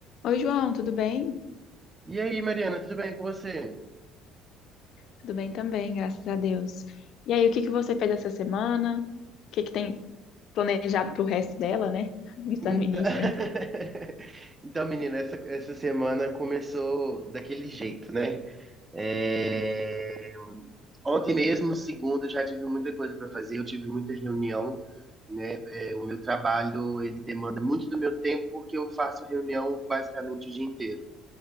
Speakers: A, on the left; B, on the right.
A: Oi, João, tudo bem?
B: E aí, Mariana, tudo bem com você?
A: Tudo bem também, graças a Deus. E aí, o que que você fez essa semana? O que que tem planejado pro resto dela, né? <laughs> Está
B: Então,
A: no início
B: <laughs>
A: ainda.
B: então menina, essa, essa semana começou daquele jeito, né? É, Ontem mesmo, segunda, eu já tive muita coisa para fazer, eu tive muita reunião, né? É, o meu trabalho, ele demanda muito do meu tempo, porque eu faço reunião basicamente o dia inteiro,